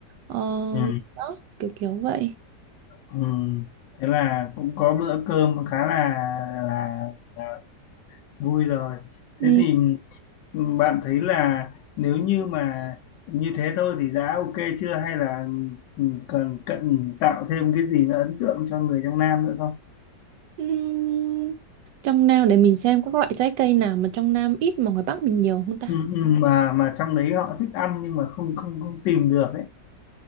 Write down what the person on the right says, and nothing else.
Ờ,
đó, kiểu kiểu vậy.
Ừ.
Ừm, trong Nam để mình xem có các loại trái cây nào mà trong Nam ít mà ngoài Bắc mình nhiều không ta?